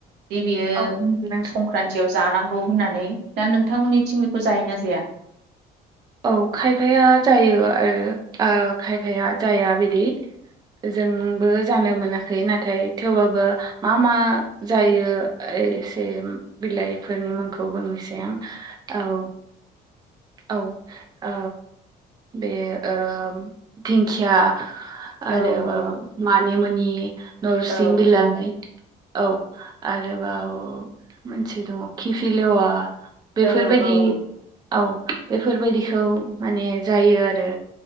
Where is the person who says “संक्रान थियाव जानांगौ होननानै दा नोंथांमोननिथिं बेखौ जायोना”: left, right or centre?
Right